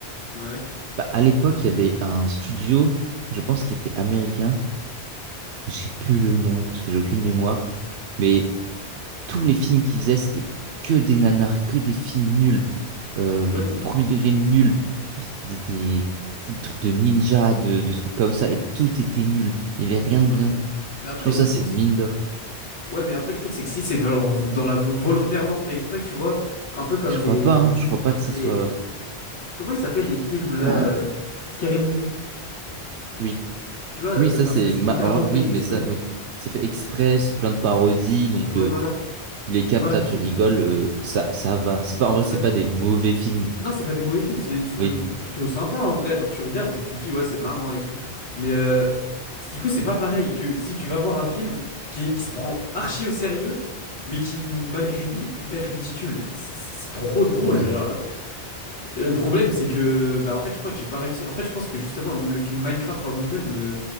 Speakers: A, on the left; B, on the right.
A: Ouais.
B: Bah, à l'époque, il y avait un studio, je pense, qui était américain. J'ai plus le nom parce que j'ai aucune mémoire. Mais tous les films qu'il faisait, c'était que des nanars, que des films nuls. Euh,
A: Ouais,
B: mais
A: mais.
B: premier degré nul. Des, des- des trucs de ninja, de, de trucs comme ça. Et tout était nul. Il n'y avait rien
A: Ouais.
B: de bien.
A: Mais après,
B: Je pense
A: le
B: que
A: truc,
B: ça, c'est une
A: c'est
B: mine
A: que.
B: d'or.
A: Ouais, mais après, le truc, c'est que si c'est genre dans la volontairement fait exprès, tu vois, un peu comme
B: Et Je
A: les.
B: crois pas,
A: euh,
B: hein. Je crois pas que ça
A: Les.
B: soit.
A: Comment ils s'appellent les films, là?
B: Oh,
A: euh, Scary Movie.
B: oui.
A: Tu vois, euh,
B: Oui, ça,
A: genre,
B: c'est.
A: ça, c'est
B: ma-
A: littéralement
B: en vrai,
A: fait
B: Oui, mais
A: exprès.
B: ça, oui. C'est fait exprès, c'est plein de parodies.
A: C'est-
B: Donc,
A: Ouais,
B: euh,
A: voilà.
B: tu les captes,
A: Voilà,
B: ah, tu rigoles. euh, ça, ça va. C'est pas, en vrai,
A: En
B: c'est
A: fait,
B: pas
A: oui.
B: des mauvais films.
A: Non, c'est pas des mauvais films, c'est c'est
B: Oui.
A: même plutôt sympa en vrai. Genre, tu regardes et tu te dis, ouais, c'est marrant et tout. Mais euh, du coup, c'est pas pareil que si tu vas voir un film qui, qui se prend archi au sérieux, mais qui, malgré lui, est hyper ridicule. C'est c'est- c'est trop drôle.
B: Ouais.
A: Genre. Et Le problème, c'est que, bah, en fait, je crois que j'ai pas réussi. En fait, je pense que justement, le film Minecraft en lui-même, ne-